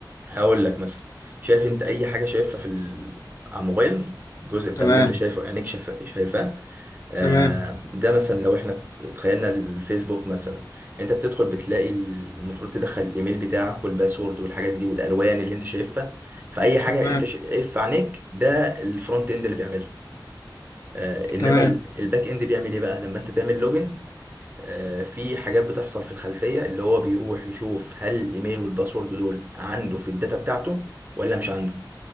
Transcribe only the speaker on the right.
هقول لك مثلا شايف انت اي حاجه شايفها في ال... على الموبايل الجزء بتاع
اللي انت شايفه عينيك شاف... شايفاه آه
ده مثلا لو احنا تخيلنا الفيسبوك مثلا انت بتدخل بتلاقي المفروض تدخل الايميل بتاعك والباسورد والحاجات دي والالوان اللي انت شايفها فاي حاجه
انت شايف في عينيك ده الفرونت اند اللي بيعملها آه انما
ال- الباك اند بيعمل ايه بقى لما انت تعمل لوجن آه، في حاجات بتحصل في الخلفية اللي هو بيروح يشوف هل الايميل والباسورد دول عنده في الداتا بتاعته ولا مش عنده